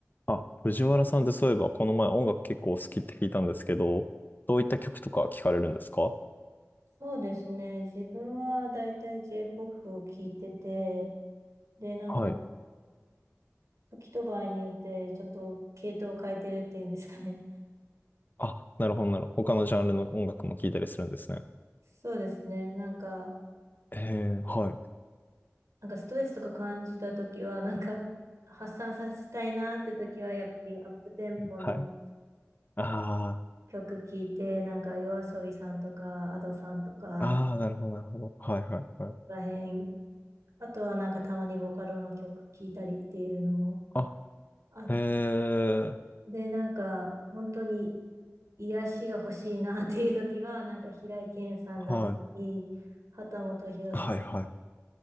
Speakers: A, on the left; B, on the right.
A: あ、藤原さんってそういえばこの前音楽結構お好きって聞いたんですけど、どういった曲とか聞かれるんですか
B: そうですね。自分はだいたい J-POP を聴いてて、で、なんか、
A: はい。
B: 時と場合によって、ちょっと系統を変えてるっていうんですかね。
A: あ、なるほどなるほど。他のジャンルの音楽も聞いたりするんですね。
B: <laughs> そうですね。なんか、
A: ええ、はい。
B: なんかストレスとか感じた時は、なんか、発散させたいなって時は、やっぱりアップテンポの
A: はい。あ
B: 曲聴いて、なんか、YOASOBI さんとか、a d さんとか、
A: あ、ああ、なるほどなるほど。はいはいはい。
B: ここら辺、あとはなんか、たまにボカロの曲聴いたりっていうのも
A: あ、
B: あって、
A: ええ、
B: で、なんか、本当に、癒しが欲しいなっていう時は、なんか平井堅さんだったり、
A: はい。
B: 秦基博さん
A: はいはい。